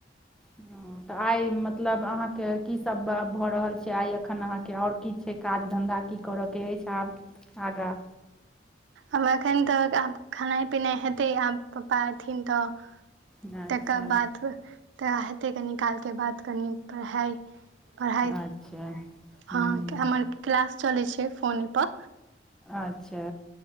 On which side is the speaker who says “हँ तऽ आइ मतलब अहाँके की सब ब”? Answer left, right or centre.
Centre